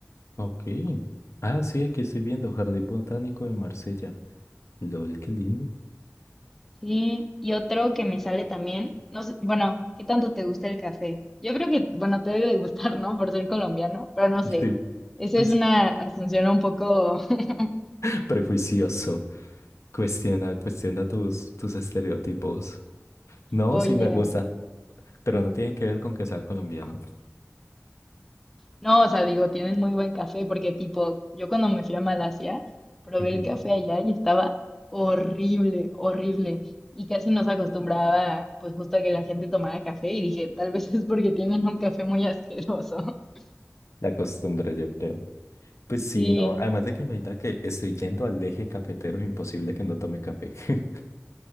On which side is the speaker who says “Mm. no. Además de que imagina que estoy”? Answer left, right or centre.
Left